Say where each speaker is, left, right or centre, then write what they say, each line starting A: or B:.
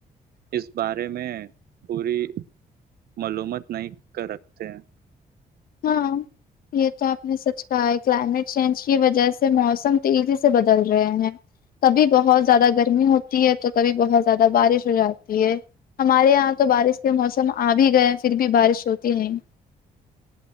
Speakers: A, on the right; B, on the left.
A: اس بارے میں پوری معلومت نہیں کر رکھتے ہیں
B: ہاں یہ تو آپ نے سچ کہا ہے کلائمیٹ چینج کی وجہ سے موسم تیزی سے بدل رہے ہیں کبھی بہت زیادہ گرمی ہوتی ہے تو کبھی بہت زیادہ بارش ہو جاتی ہے ہمارے یہاں تو بارش کے موسم آ بھی گئے ہیں پھر بھی بارش ہوتی نہیں